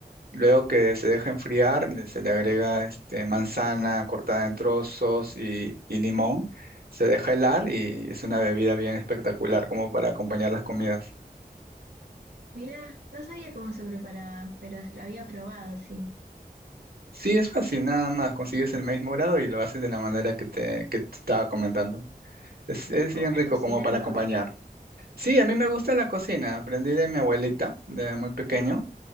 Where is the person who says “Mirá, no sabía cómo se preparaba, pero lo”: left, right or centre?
Right